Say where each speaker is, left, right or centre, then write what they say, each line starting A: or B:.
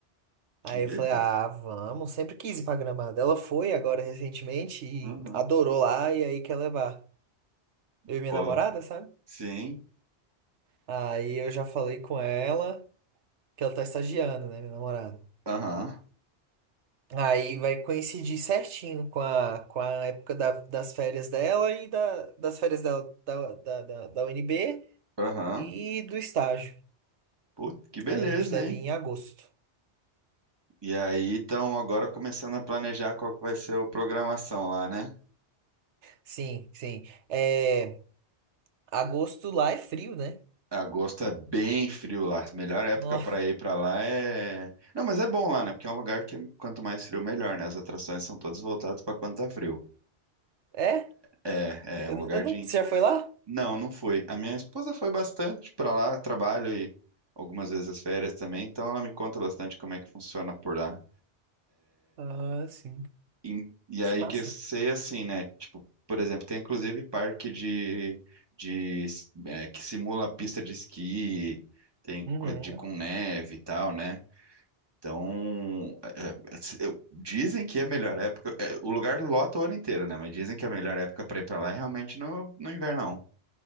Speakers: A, on the right; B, on the right.
A: Aí
B: que beleza.
A: eu falei, ah, vamos. Sempre quis ir pra Gramado. Ela foi agora recentemente e
B: Uhum.
A: adorou lá e aí quer levar. Eu e minha
B: Pô,
A: namorada, sabe?
B: sim,
A: Aí eu já falei com ela que ela tá estagiando, né, minha namorada.
B: aham,
A: Aí vai coincidir certinho com a, com a época da- das férias dela e da, das férias dela, da, da, da, da UNB.
B: aham.
A: E do estágio.
B: Puta, que beleza,
A: Aí a gente deve
B: hein?
A: ir em agosto.
B: E aí, então, agora começando a planejar qual que vai ser a programação lá, né?
A: Sim, sim. É, agosto lá é frio, né?
B: Agosto é bem frio lá. Melhor época
A: Nó-
B: pra
A: <laughs>
B: ir pra lá é. Não, mas é bom lá, né? Porque é um lugar que quanto mais frio, melhor, né? As atrações são todas voltadas pra quando tá frio.
A: É?
B: É, é é
A: Eu,
B: um lugar
A: eu não,
B: de.
A: você já foi lá?
B: Não, não fui. A minha esposa foi bastante pra lá, trabalho e algumas vezes as férias também, então ela me conta bastante como é que funciona por lá.
A: Ah, sim.
B: E, e aí
A: Que massa.
B: que eu sei assim, né? Tipo, por exemplo, tem inclusive parque de, de é, que simula pista de esqui, tem
A: Uhum.
B: co- de com neve e tal, né? Então, é, é, eu- dizem que é a melhor época. é, o lugar lota o ano inteiro, né? Mas dizem que a melhor época pra ir pra lá é realmente no, no inverno.